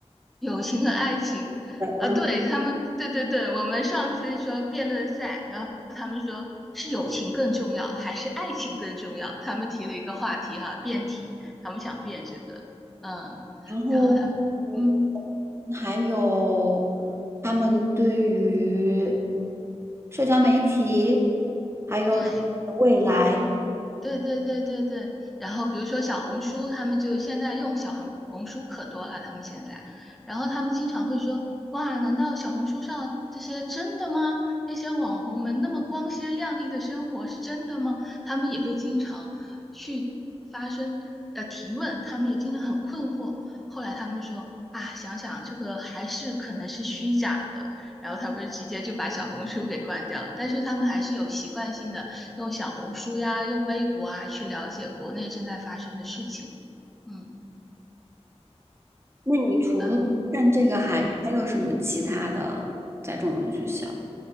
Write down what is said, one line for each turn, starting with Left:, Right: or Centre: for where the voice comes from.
Centre: 友情和爱情。
Right: 然
Centre: 啊，对，他们，对对对，我们上次说辩论赛，然后是友情更重要还是爱情更重要？他们提了一个话题哈，辩题，他们想辩这个，嗯，
Right: 然后嗯
Centre: 然后他们，嗯，
Right: 还有他们对于社交媒体，还有他们的未来。
Centre: 对。对对对对对，然后比如说小红书，他们就现在用小红红书可多了，他们现在，然后他们经常会说，哇，难道小红书上这些真的吗？那些网红们那么光鲜亮丽的生活是真的吗？他们也会经常去发生呃提问，他们也经常很困惑。后来他们说啊，想想这个还是可能是虚假的，然后他们直接就把小红书给关掉了但是他们还是有习惯性的。用小红书呀，用微博啊，去了解国内正在发生的事情。嗯，
Right: 那你除了干这个还还有什么其他的在中文学校？
Centre: 啊，嗯。